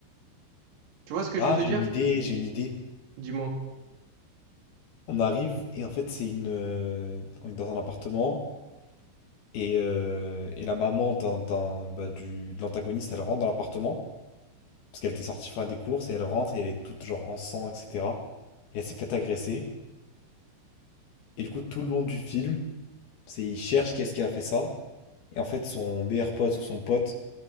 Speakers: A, on the right (about 85°); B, on the left (about 60°).
A: Tu vois ce que
B: Ah,
A: je veux te
B: j'ai
A: dire?
B: une idée, j'ai une idée.
A: Dis-moi.
B: On arrive et en fait, c'est une. euh, On est dans un appartement et, euh, et la maman d'un, d'un- bah, du, de l'antagoniste, elle rentre dans l'appartement parce qu'elle était sortie faire des courses et elle rentre et elle est toute genre en sang, etc. Et elle s'est faite agresser. Et du coup, tout le long du film, c'est il cherche est ce qui a fait ça. Et en fait, son meilleur pote ou son pote.